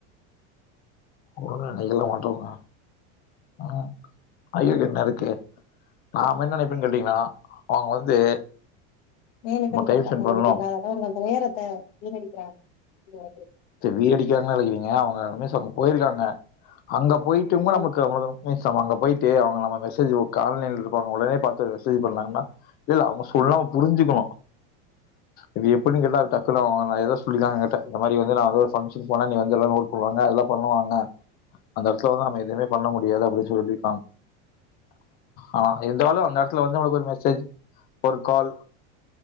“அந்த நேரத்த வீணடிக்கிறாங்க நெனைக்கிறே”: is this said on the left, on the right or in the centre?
Left